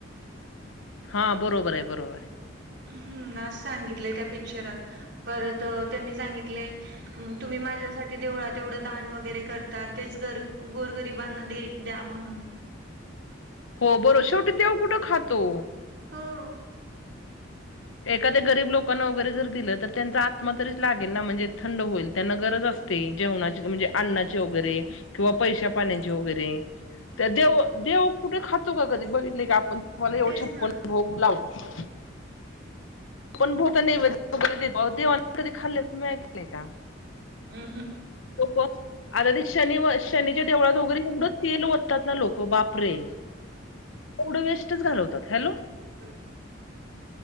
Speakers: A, on the left (about 85°); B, on the right (about 60°).
A: हां बरोबर आहे बरोबर आहे.
B: हम्म अस सांगितलंय त्या पिक्चरात परत त्यांनी सांगितलंय. तुम्ही माझ्यासाठी देवळात तेवढं दान वगैरे करता तेच गर गोर गरिबांना देल. द्या म्हणून
A: हो बरं शेवटी देव कुठं खातो.
B: हो.
A: एखाद्या गरीब लोकांना वगैरे जर दिलं तर त्यांचा आत्मा तरीच लागेल ना म्हणजे थंड होईल त्यांना गरज असते. जेवणा म्हणजे अन्नाचे वगैरे किंवा पैशा पाण्याचे वगैरे त्या देव देव कुठे खातो का कधी बघितले काी आपण तुम्हाला एवढं
B: तेच
A: छप्पन
B: ना.
A: होऊ लावो. पण भोक नाही कधी खाल्ले केय का?
B: हम्म ह.
A: लोक आता ते शनी व शनीच्या देवळातोगरी तेवढं तेल तात ना लोक बापरे एवढं वेस्टच घालवतात हॅलो.
B: ह.